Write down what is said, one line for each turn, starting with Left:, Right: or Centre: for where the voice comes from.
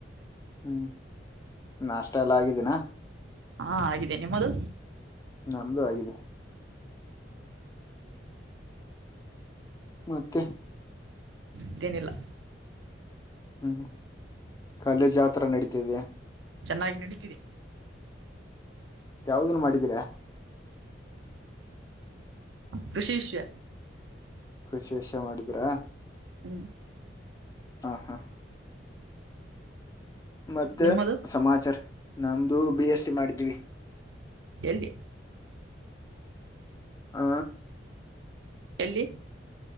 Left: ಹ್ಮ್ ನಾಷ್ಟ ಎಲ್ಲಾ ಆಗಿದ್ದೇನಾ
Right: ಹಾ ಆಗಿದೆ ನಿಮ್ಮದು
Left: ನಮ್ದು ಆಗಿದೆ. ಮತ್ತೆ
Right: ತ್ತೇನಿಲ್ಲ
Left: ಹ್ಮ್ ಕಾಲೇಜ್ ಯಾವ್ ತರ ನಡೀತಿದೆ.
Right: ಚೆನ್ನಾಗಿ ನಡೀತಿದೆ
Left: ಯಾವ್ದನ್ ಮಾಡಿದೀರಾ.
Right: ಕೃಷಿ ವಿಷ್ಯ
Left: ಕೃಷಿ ವಿಷಯ ಮಾಡಿದ್ರಾ
Right: ಹ್ಮ್
Left: ಹಾ ಹಾ ಮತ್ತೆ
Right: ನಿಮ್ಮದು
Left: ಸಮಾಚಾರ ನಮ್ದು ಬಿ ಎಸ್ ಸಿ ಮಾಡಿದೀವಿ.
Right: ಎಲ್ಲಿ
Left: ಆ
Right: ಎಲ್ಲಿ